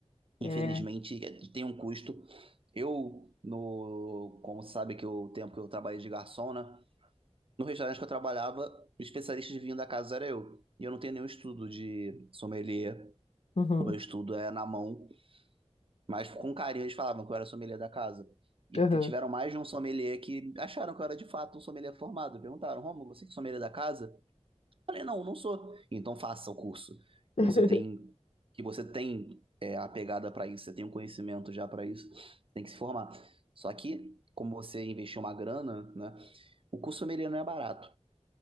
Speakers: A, on the left (about 70°); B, on the right (about 50°).
A: É,
B: Infelizmente, é, tem um custo. Eu, no, como sabe que o tempo que eu trabalhei de garçom, né? No restaurante que eu trabalhava, o especialista de vinho da casa era eu. E eu não tenho nenhum estudo de sommelier.
A: uhum,
B: O meu estudo é na mão. Mas com carinho eles falavam que eu era sommelier da casa. E
A: uhum.
B: t- tiveram mais de um sommelier que acharam que eu era de fato um sommelier formado. Perguntaram, Romulo, você que é sommelier da casa? Falei, não, não sou. Então faça o curso.
A: <laughs>
B: Que você tem, que você tem é, a pegada para isso, você tem um conhecimento já para isso, tem que se formar. Só que, como você investiu uma grana, né? O curso sommelier não é barato.